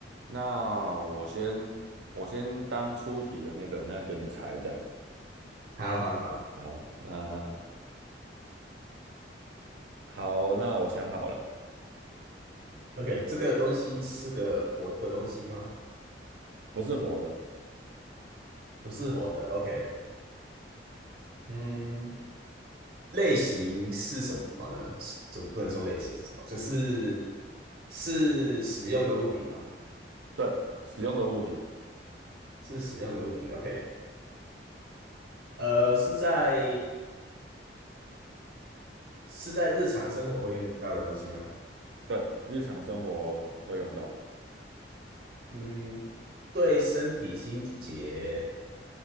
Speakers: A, on the right; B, on the right.
A: 那我先我先当出题的那个，那给你猜这样。
B: 好好好
A: 好，那好，那我想好了，
B: ，OK，
A: 好，
B: 这个东西是个活的东西吗？
A: 不是活的，
B: 不是活的，OK。嗯，类型是什么呢？是就不能说类型是什么，就是是使用的物品吗？
A: 对，使用的物品，
B: 是使用的物品，OK。呃，是在是在日常生活会用到的东西吗？
A: 对，日常生活会用到，
B: 嗯，对身体清洁